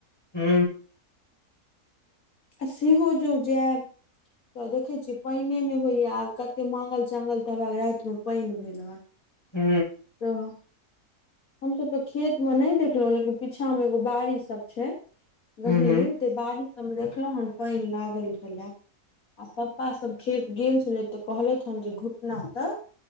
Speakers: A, on the left; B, on the left.
A: हू
B: अऽ सेहो जे जायब तऽ देखै छियै पानि नहि होइए आब कतेक माङ्गल चाङ्गल तऽ रातिमे पानि भेल हन
A: हू
B: <unintelligible> हमसभ तँ खेतमे नहि देखलहुँ लेकिन पीछामे एगो बाड़ीसभ छै रेहय
A: हूँ हूँ
B: गेल बारि सभमे देखलहुँ हँ पैनि लागल छलै आ पप्पा सब खेत गेल छलैथ तऽ कहलथि हन जे घुटना तक